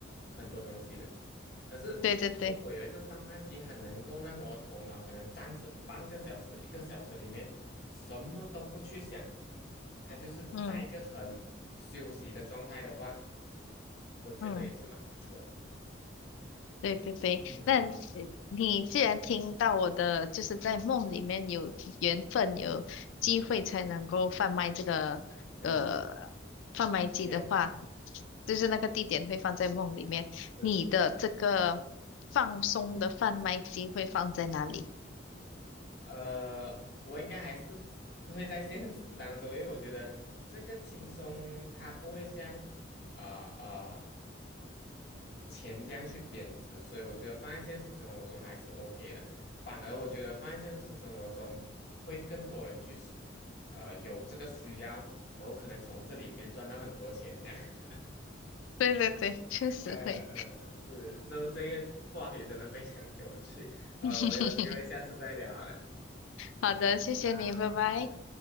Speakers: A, on the left; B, on the left.
A: 很多东西的。可是如果有一个贩卖机，
B: 对对对，
A: 它能够让我头脑可能暂时半个小时、一个小时里面什么都不去想，它就是在一个很休息的状态的话，
B: 嗯
A: 我觉得也是蛮不错的。
B: 嗯。对对对，
A: 嗯
B: 那呃你既然听到我的，就是在梦里面有缘分、有机会才能够贩卖这个呃贩卖机的话，
A: 嗯嗯，也
B: 就是那个地点会放在梦里面。
A: 是。
B: 你的这个放松的贩卖机会放在哪里？
A: 呃，我应该还是会在现实当中，因为我觉得这个轻松它不会像啊啊、钱这样去贬值，所以我觉得放在现实生活中还是 OK 的。反而我觉得放在现实生活中会更多人去需呃有这个需要，然后可能从这里面赚到很多钱这样。<laughs>
B: 对对对，确实会。
A: 嗯嗯，是，所以这个话题真的非常有趣。好，
B: <laughs>
A: 我们有机会下次再聊好了。
B: 好的，谢谢你，
A: 好，
B: 拜拜。